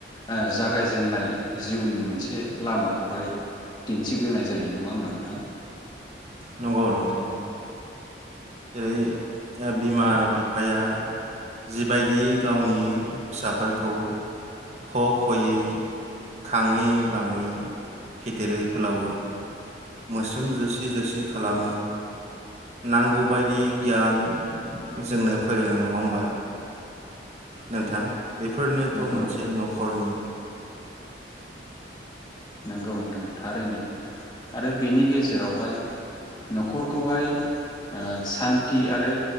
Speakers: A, on the left (about 25°); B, on the right (about 40°).
A: ओ जागायजेन्नाय जिउनि मोनसे लामाखौहाय दिन्थिग्रोनाय जायो। नङा होमबा नोंथां?
B: नंगौ नोंथां नंगौ। जेरै ओ बिमा बिफाया जिबायदि गावनि फिसाफोरखौ ख' खयै खाङै बाङै फेदेरो फोलावो मोस्रोम जोसि जोसि खालामो नांगौबायदि गियान जोंनो फोरोङो नङा होमबा नोंथां बेफोरनोथ'
A: नंगौ
B: मोनसे न'खरनि
A: नोंगौ नोंथां थारैनो। आरो बेनि गेजेरावहाय न'खरखौहाय ओ सान्थि आरो